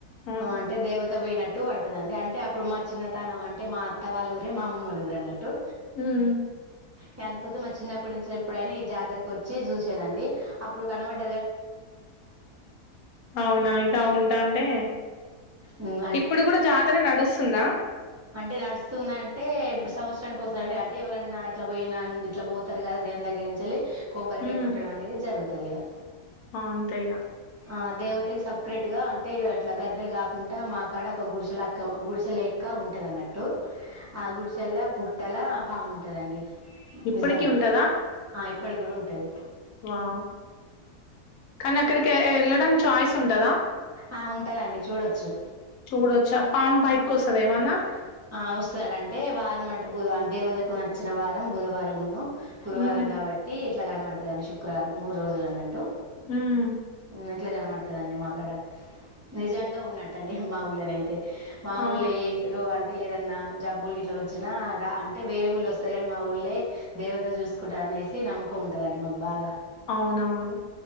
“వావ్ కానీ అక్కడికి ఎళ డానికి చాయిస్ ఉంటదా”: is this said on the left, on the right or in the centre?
Left